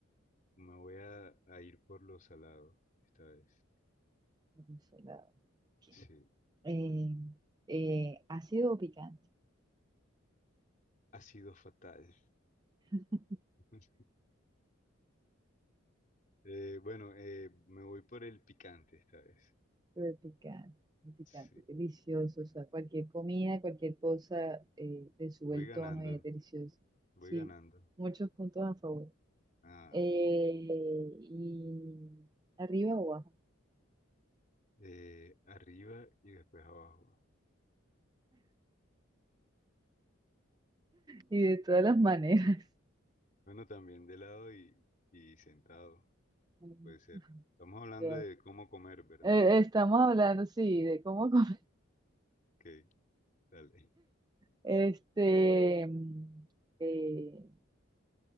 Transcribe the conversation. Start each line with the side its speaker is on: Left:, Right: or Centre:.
Left: me voy a, a ir por lo salado esta vez.
Right: Dulce o salado. Ok.
Left: Sí.
Right: Eh, eh, ¿ácido o picante?
Left: Ha sido fatal.
Right: <laughs>
Left: <laughs> Eh, bueno, eh, me voy por el picante esta vez.
Right: Pero picante, picante,
Left: Sí,
Right: delicioso. O sea, cualquier comida, cualquier cosa, eh, le sube
Left: voy
Right: el
Left: ganando,
Right: tono y es delicioso.
Left: voy
Right: Sí,
Left: ganando.
Right: muchos puntos a favor.
Left: Ah,
Right: eh,
Left: bueno.
Right: y arriba o abajo,
Left: Eh, arriba y después abajo.
Right: y de todas las maneras.
Left: Bueno, también de lado y, y sentado,
Right: Mm,
Left: puede ser. Estamos hablando
Right: Ya.
Left: de cómo comer, ¿verdad?
Right: Eh, estamos hablando, sí, de cómo comer. <laughs>
Left: Ok, dale.
Right: Este, mm, eh,